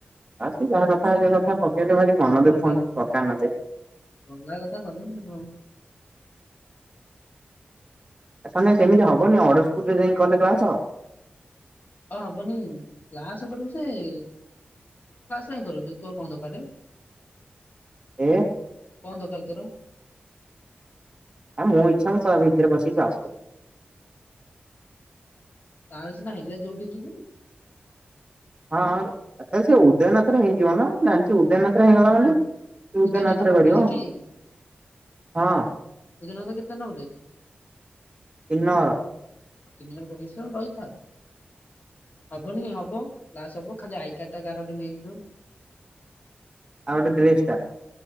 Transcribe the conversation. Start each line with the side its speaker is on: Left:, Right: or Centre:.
Right: ଆସେ ଯାହା କଥା ଇଏ କଥା। ପକେଇଲେ ଭାରି ମନ
Left: ଆ ଟିକେ ଭଲ
Right: ଦୁଃଖ
Left: ଲାଗୁ
Right: ହଉଛି ପକାନରେ
Left: <inaudible> ଗଲା କଥା ଗଲା ଏ ହଁ।
Right: ସ ନାଇ ସେମିତି ହବନି। ଅଡ଼ଶପୁରରେ ଯାଇ କଲେ କ୍ଳାସ।
Left: ହଁ ହବନି। କ୍ଲାସ କରିବୁ ଯେ କ୍ଲାସ କାଇଁ କରିବୁ ଯେ ତୋର କଣ ଦକାରେ।
Right: ଏ।
Left: କଣ ଦକାର ତୋର।
Right: ଆ ମୋ ଇଚ୍ଛା ମୁ ସଳା ଭିତରେ ପଶିକି କ୍ଲାସ କରିବି।
Left: ତାର ସିନା ହେଲେ ଯୋଉଠି ଯିବୁ।
Right: ହଁ ଚ ସେ ଉଦୟନାଥରେ ହେଇଯିବ ନା ଜାଣିଛି ଉଦୟନାଥ ଚ ହେଇଗଲା ମାନେ
Left: ଉ-
Right: ତୁ ଉଦୟନାଥରେ
Left: ଉଦୟନାଥ ପକେଇଛି
Right: କରିବ
Left: ଟି
Right: ହଁ
Left: ଉଦୟନାଥ କେତେ ନମ୍ବରରେ
Right: <inaudible> ତିନି ନମ୍ବର।
Left: ତିନି ନମ୍ବର ରେ ପକେଇଚି ରହିଥା। ହବନି କାଇଁ ହବ କ୍ଲାସ ହବ ଖାଲି ଆଇ କାର୍ଡ ଟା କାହାର ଗୋଟେ ନେଇଯିବୁ।
Right: ଆଉ ଗୋଟେ ଡ୍ରେସ୍ ଟା।